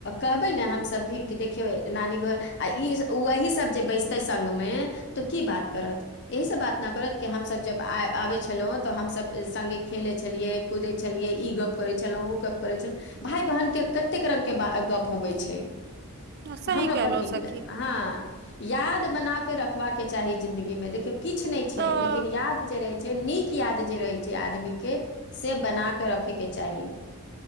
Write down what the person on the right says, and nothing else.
सही
कहलो
सखी
तऽ